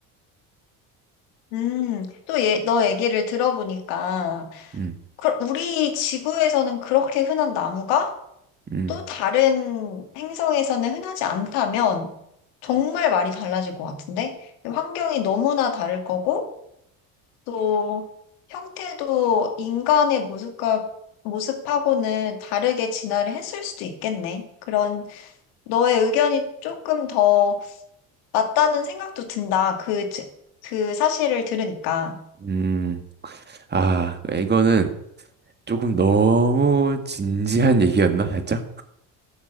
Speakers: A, on the left; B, on the right.
A: 음, 또 얘, 너 얘기를 들어보니까,
B: 음,
A: 그, 우리 지구에서는 그렇게 흔한 나무가
B: 음,
A: 또 다른 행성에서는 흔하지 않다면 정말 말이 달라질 것 같은데? 환경이 너무나 다를 거고, 또 형태도 인간의 모습과 모습하고는 다르게 진화를 했을 수도 있겠네. 그런 너의 의견이 조금 더 맞다는 생각도 든다. 그, 제- 그 사실을 들으니까.
B: 음. 아, 이거는 조금 너무 진지한 얘기였나, 살짝?